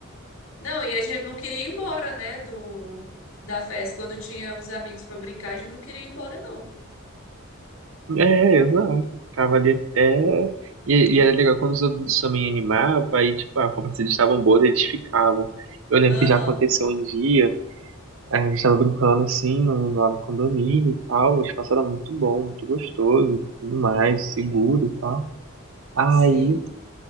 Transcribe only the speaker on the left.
Não, e a gente não queria ir embora, né, do da festa. Quando tinha os amigos pra brincar, a gente não queria ir embora, não.
Aham,
sim,